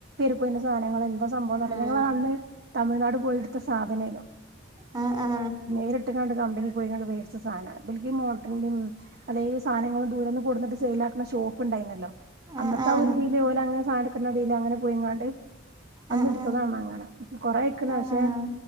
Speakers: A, on the right (about 55°); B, on the right (about 25°).
A: <unintelligible> സാധനങ്ങൾ എന്താ സംഭവംന്നല്ല
B: ആഹ്
A: ഞങ്ങൾ അന്ന് തമിഴ്നാട് പോയെടുത്ത സാധനല്ലോ
B: ആ ആ
A: നേരിട്ടുകണ്ട് കമ്പനീപോയി ങ്ങള് വേടിച്ച സാധനവാ എനിക്കി മോട്ടോറിൻ്റേം ഈ സാധനങ്ങള് ദൂരേന്ന് കൊണ്ടന്നിട്ട് യിലാക്കുന്ന ഷോപ്പ് ഉണ്ടായിരുന്നല്ലോ
B: ആഹ്
A: അന്നത്തെ
B: ആഹ്
A: ആ ഒരു ഇതീല് ഓലെ അങ്ങനെ സാധനെടുക്കുന്ന ഇതീല് അങ്ങനെ പോയെങ്ങാണ്ട് അന്ന്
B: ആഹ്
A: എടുത്തതാണ്
B: ആഹ്
A: അങ്ങനെ കൊറെ അയക്കൂല്ലേ
B: ആഹ്
A: പക്ഷെ